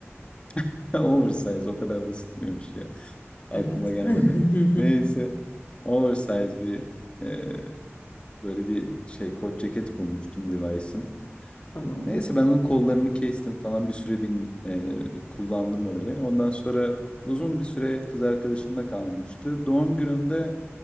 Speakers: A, on the left; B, on the left.
A: <laughs> Oversize o kadar basit miymiş ya? Aklıma
B: Evet.
A: gelmedi.
B: <laughs>
A: Neyse, oversize bir, eee Böyle bir şey kot ceket bulmuştum Levi's'ın.
B: Tamam.
A: Neyse ben onun kollarını kestim falan bir süre bin, e, kullandım öyle. Ondan sonra uzun bir süre kız arkadaşımla kalmıştı. Doğum günümde